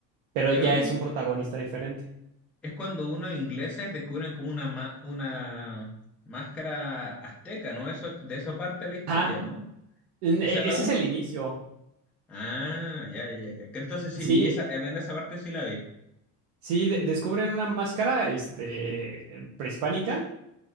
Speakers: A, on the right; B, in the centre.
A: pero
B: creo
A: ya
B: que
A: es un protagonista diferente.
B: es cuando unos ingleses descubren como una, ma- una máscara azteca, ¿no? Eso, de eso parte la historia,
A: Ah,
B: ¿no?
A: ese
B: ¿Esa es la uno?
A: es el inicio.
B: Ah, ya, ya, ya. ya. Que Entonces sí
A: Sí,
B: vi esa, al menos esa parte sí la vi.
A: sí, de- descubren una máscara, este, eh, prehispánica